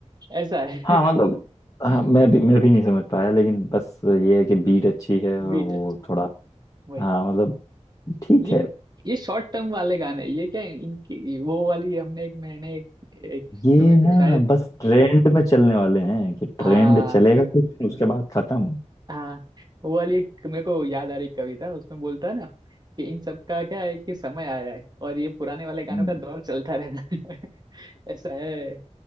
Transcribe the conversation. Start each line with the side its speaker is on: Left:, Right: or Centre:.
Right: ऐसा है
Left: हाँ मतलब हाँ मैं भी मैं भी नहीं समझ पाया लेकिन बस ये है कि बीट अच्छी है और
Right: <laughs>
Left: वो
Right: बीट
Left: थोड़ा
Right: वही
Left: हाँ मतलब ठीक
Right: ये
Left: है
Right: ये शॉर्ट टर्म वाले गाने ये क्या इनकी वो वाली हमने एक मैंने एक, एक
Left: ये
Right: तुम्हें
Left: ना
Right: क- शायद
Left: बस ट्रेंड में चलने वाले हैं कि ट्रेंड
Right: हाँ
Left: चलेगा कुछ उसके बाद खत्म
Right: हाँ वो वाली एक मेरे को याद आ रही कविता उसमें बोलता है ना कि इन सब का क्या है कि समय आया है और ये पुराने वाले गानों
Left: हम्म।
Right: का दौर चलता रहता है <laughs> ऐसा है